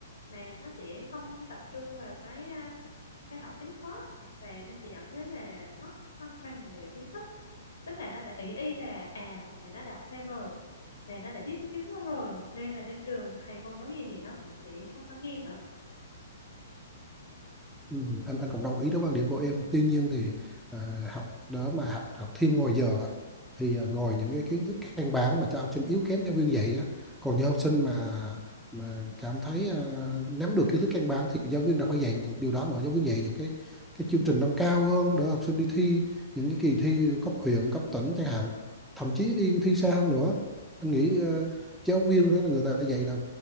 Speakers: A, on the left; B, in the centre.
A: mà nó sẽ không tập trung vào cái à, cái học chính khó và nó sẽ dẫn đến là mất cân bằng về kiến thức tức là nó đã ý y là à là nó đọc thêm rồi là nó đã biết tiếng đó rồi nên là trên trường thầy cô nói gì thì nó cũng sẽ không có nghe nữa
B: Ừ, anh anh cũng đồng ý với quan điểm của em tuy nhiên thì à, học đó mà học học thêm ngoài giờ á, thì à, ngồi những cái kiến thức căn bản mà cho học sinh yếu kém giáo viên dạy đó còn những học sinh mà mà cảm thấy à, nắm được kiến thức căn bản thì giáo viên đã phải dạy những điều đó nữa giáo viên dạy những cái cái chương trình nâng cao hơn để học sinh đi thi những cái kỳ thi cấp huyện cấp tỉnh chẳng hạn thậm chí đi thi xa hơn nữa anh nghĩ à, giáo viên đó là người ta dạy là